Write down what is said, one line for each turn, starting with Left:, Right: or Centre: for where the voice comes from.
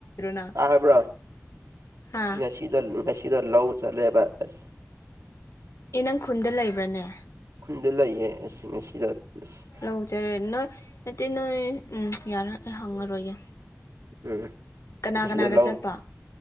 Left: ꯅꯪ
Right: ꯇꯥꯕ꯭ꯔꯣ
Left: ꯍꯥ
Right: ꯉꯁꯤꯗꯣ ꯉꯁꯤ ꯏꯗꯣ ꯂꯧ ꯆꯠꯂꯦꯕ ꯑꯁ
Left: ꯑꯦ ꯅꯪ ꯈꯨꯟꯗ ꯂꯩꯕ꯭ꯔꯅꯦ
Right: ꯈꯨꯟꯗ ꯂꯩꯌꯦ ꯑꯁ ꯉꯁꯤꯗꯣ ꯑꯁ
Left: ꯂꯧ ꯆꯔꯦ ꯅꯣꯏ ꯅꯣꯏ ꯎꯝ ꯌꯥ ꯑꯩ ꯍꯪꯉꯔꯣꯏꯒꯦ
Right: ꯎꯝ
Left: ꯀꯅꯥ ꯀꯅꯥꯒ
Right: ꯁꯤꯗ ꯂꯧ
Left: ꯆꯠꯄ